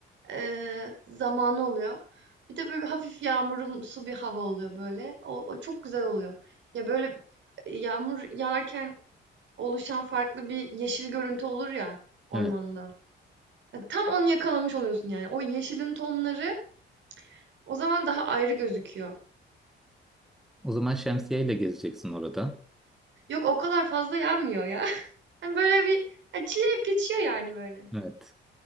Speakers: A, on the right (about 65°); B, in the centre.
A: Eee, zamanı oluyor. Bir de böyle hafif yağmurumsu bir hava oluyor böyle. O, o çok güzel oluyor. Ya böyle e, yağmur yağarken oluşan farklı bir yeşil görüntü olur ya ormanda.
B: Evet.
A: Ya tam onu yakalamış oluyorsun yani. O yeşilin tonları o zaman daha ayrı gözüküyor.
B: O zaman şemsiye ile gezeceksin orada.
A: Yok o kadar fazla yağmıyor ya. <laughs> Yani böyle bir ya çileyip geçiyor yani böyle.
B: Evet.